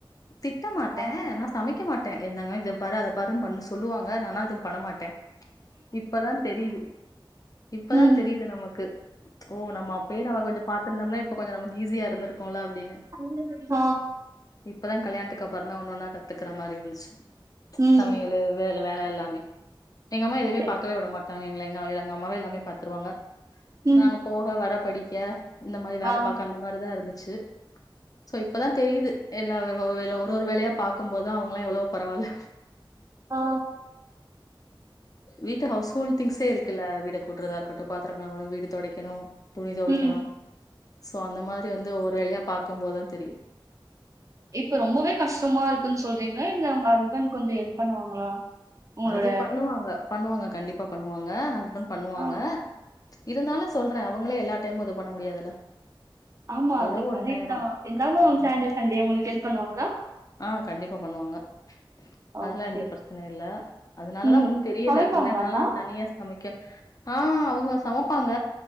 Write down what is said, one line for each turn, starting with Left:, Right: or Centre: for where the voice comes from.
Left: திட்ட மாட்டே
Right: ஆ
Left: நா சமைக்க மாட்டே என்னங்க இத பாரு அத பாரு பண்ண சொல்லுவாங்க நானா அது பண்ண மாட்டே இப்பதா தெரியுது இப்பதா
Right: ம்
Left: தெரியுது நமக்கு ஓ நம்ம அப்பயே நம்ம கொஞ்ச பா்த்திருந்தோம்னா இப்ப கொஞ்ச நமக்கு ஈஸியா இருந்திரு கும்ல அப்படின்னு
Right: <inaudible>
Left: இப்பதா கல்யாணத்துக்கு அப்புறந்தா ஒன்னு ஒன்னா கத்துக்கற மாரி இருந்துச்சு
Right: ம்
Left: சமையல் வேல வேல எல்லாமே எங்க அம்மா எதுமே
Right: சரி
Left: பார்க்கவே விட மாட்டாங்க எ எங்கள எங்க அம்மாவே எல்லாமே பாத்துருவாங்க
Right: ம்
Left: நாங்க போக வர படிக்க இந்த மாதிரி வேல
Right: ஆ
Left: பாக்க அந்த மாதிரிதா இருந்துச்சு சோ இப்பதா தெரியுது எல்லா ஒரு ஒரு வேலையா பாக்கும்போதா அவங்களா எவ்ளோ பரவா இல்ல
Right: ஆ
Left: வீட்டு ஹவுஸ் ஹோல் திங்ஸே இருக்குல்ல வீட்ட கூட்டுறதா இருக்கட்டு பாத்திரங் கழுவணு வீடு துடைக்கணு துணி துவைக்கணு
Right: ம்
Left: சோ அந்த மாதிரி வந்து ஒரு வேலையா பார்கும்போதுதா தெரியுது
Right: இப்ப ரொம்பவே கஷ்டமா இருக்குன்னு சொல்றீங்களா இல்ல உங்க ஹஸ்பண்ட் கொஞ்ச ஹெல்ப் பண்ணுவாங்களா உங்களோட
Left: அது பண்ணுவாங்க பண்ணுவாங்க கண்டிப்பா பண்ணுவாங்க ஹஸ்பண்ட் பண்ணுவாங்க
Right: ஆ
Left: இருந்தாலு சொல்றே அவங்களே எல்லா டைமும் இது பண்ண முடியாதுல்ல
Right: ஆமா
Left: ஏதோ
Right: அது
Left: ஒரு
Right: கரைட்தா
Left: நேரோ
Right: இருந்தாலு
Left: ஆ
Right: சாட்டே சண்டே உங்களுக்கு ஹெல்ப் பண்ணுவாங்களா
Left: ஆ கண்டிப்பா பண்ணுவாங்க
Right: ஓகே
Left: அதெல்லா எந்த பிரச்சனையு இல்ல அதனாலதா
Right: ம்
Left: ஒன்னு தெரியல
Right: சமைப்பாங்களாக்கா
Left: இல்லனாலா தனியா சமை க்க ஆ அவங்க சமைப்பாங்க